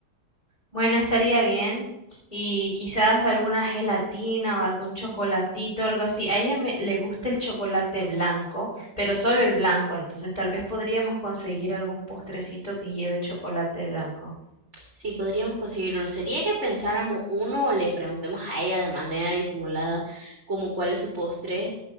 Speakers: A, on the left; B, on the right.
A: Bueno, estaría bien. Y quizás alguna gelatina o algún chocolatito, algo así. A ella me- le gusta el chocolate blanco, pero solo el blanco. Entonces tal vez podríamos conseguir algún postrecito que lleve chocolate blanco.
B: Sí, podríamos conseguir uno. Sería que pensáramos uno o le preguntemos a ella de manera disimulada como cuál es su postre,